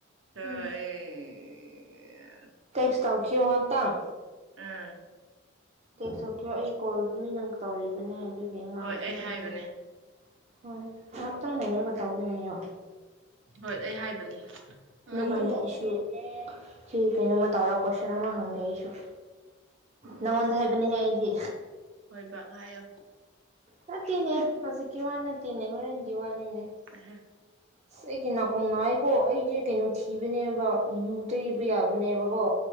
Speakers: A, on the right; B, on the right.
A: ꯆ
B: ꯎꯝ
A: ꯑꯦ ꯑꯦ
B: ꯇꯦꯛꯁ ꯇꯥꯎ ꯈꯦꯌꯣ ꯍꯥꯞꯇꯥꯡ
A: ꯑꯥ
B: ꯑꯩ ꯁꯧꯀꯤꯌꯣ ꯑꯩ ꯀꯣꯜ ꯃꯤ ꯅꯪ ꯇꯧꯔꯤꯕꯅꯦ ꯉꯥꯡ
A: ꯍꯣꯏ ꯑꯩ
B: <unintelligible>
A: ꯍꯥꯏꯕꯅꯦ
B: ꯍꯣꯢ ꯉꯛꯇꯪ ꯂꯩꯔꯒꯥ ꯇꯧꯒꯦ ꯍꯥꯏꯌꯣ
A: ꯍꯣꯏ ꯑꯩ ꯍꯥꯏꯕꯅꯦ
B: ꯂꯀꯥꯟꯗꯑꯩꯁꯨ
A: ꯑꯗꯨ
B: ꯁꯤ ꯀꯩꯅꯣ ꯃꯥ ꯇꯧꯔꯥ ꯀ꯭ꯋꯦꯁꯟ ꯑꯃ ꯍꯪꯒꯦꯁꯨ
A: ꯎꯝ
B: ꯅꯪꯉꯣꯟꯗ ꯍꯥꯏꯕꯅꯦꯍꯦ ꯑꯩꯗꯤ
A: ꯍꯣꯏꯕ ꯍꯥꯏꯌꯣ
B: ꯅꯠꯇꯅꯦ ꯍꯧꯖꯤꯛꯀꯤ ꯋꯥ ꯅꯠꯇꯤꯅꯦ ꯍꯣꯔꯦꯟꯒꯤ ꯋꯥꯅꯤꯅꯦ
A: ꯑ
B: ꯑꯩꯒꯤ ꯅꯥꯀꯣꯡ ꯅꯑꯩ ꯀꯣ ꯑꯩꯗꯤ ꯀꯩꯅꯣ ꯊꯤꯕꯅꯦꯕ ꯌꯨ ꯇꯩꯕ ꯌꯥꯕꯅꯦꯕꯀꯣ